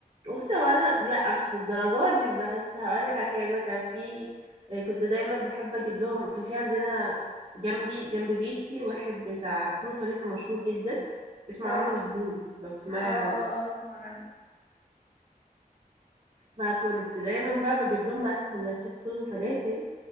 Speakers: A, on the right; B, on the left.
A: بصي هو انا لا مش للدرجه دي بس هقولك على حاجه انا كان في آه، كنت دايما بحب اجيب لهم كان في عندنا جنبي جنب بيتي واحد بتاع فول وفلافل مشهور جدا اسمه
B: اه
A: عم زغلول لو تسمعي
B: اه اه
A: عنه
B: اه اسمع عنه
A: فكنت دايما بقى بجيب لهم بقى سندوتشات فول وفلافل